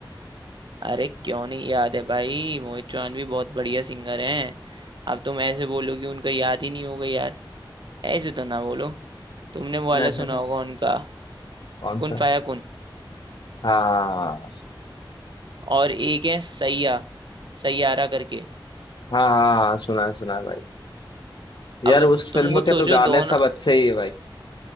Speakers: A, on the right (about 65°); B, on the left (about 60°).
A: अरे क्यों नहीं याद है भाई मोहित चौहान भी बहुत बढ़िया सिंगर हैं अब तुम ऐसे बोलोगे उनका याद ही नहीं होगा यार ऐसे तो ना बोलो तुमने वो वाला
B: नहीं
A: सुना
B: <laughs>
A: होगा उनका
B: कौन
A: कुन
B: सा
A: फाया कुन
B: हाँ
A: और एक है सैया सैयारा करके
B: हाँ हाँ, सुना है सुना है भाई यार
A: अब
B: उस फिल्म
A: तुम कुछ
B: के
A: सोचो
B: तो गाने
A: दोनों
B: सब अच्छे ही है भाई